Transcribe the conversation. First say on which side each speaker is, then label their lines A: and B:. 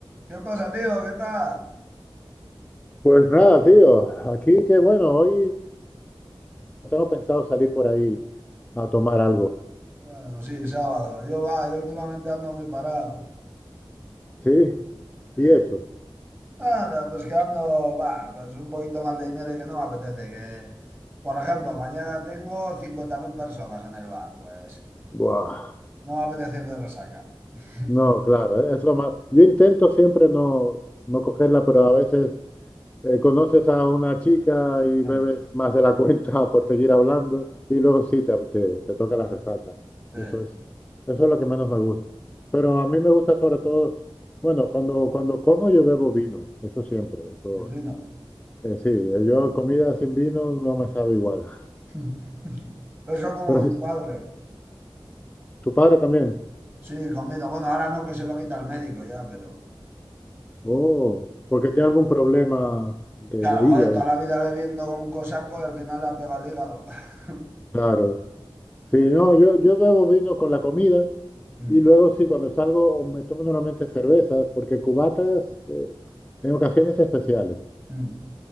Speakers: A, on the right (about 20°); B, on the left (about 15°).
A: ¿Qué pasa, tío? ¿Qué tal?
B: Pues nada, tío, aquí que bueno, hoy tengo pensado salir por ahí a tomar algo,
A: Bueno, sí, sábado. Yo, va, yo últimamente ando muy parado.
B: ¿sí?
A: Sí.
B: Y eso,
A: Nada, pues que ando, va, pues un poquito mal de dinero y que no me apetece. Que, por ejemplo, mañana tengo 50.000 personas en el bar. Pues
B: buah,
A: no me apetece ir de resaca. <laughs>
B: no, claro, eh, es lo más. Yo intento siempre no, no cogerla, pero a veces eh, conoces a una chica y bebes
A: Ah,
B: más de la cuenta <laughs> por seguir hablando y luego sí te, te, te toca la resaca.
A: Sí,
B: Y Eso es, eso es lo que menos me gusta. Pero a mí me gusta sobre todo, bueno, cuando, cuando como yo bebo vino, eso siempre, eso.
A: el vino.
B: Eh, sí, eh, yo
A: Ah.
B: comida sin vino no me sabe igual. <laughs>
A: <laughs> Eso como
B: Pero sí,
A: mi padre.
B: tu padre también.
A: Sí, con vino. Bueno, ahora no, que se lo quita el médico ya, pero...
B: Oh, porque tiene algún problema de,
A: Claro,
B: de
A: joder,
B: hígado.
A: toda la vida bebiendo como un cosaco y al final le ha pegado el hígado. <laughs>
B: Claro. Sí, no, yo, yo bebo vino con la comida
A: Mm.
B: y luego sí, cuando salgo me tomo normalmente cervezas, porque cubatas eh, en ocasiones especiales.
A: Mm.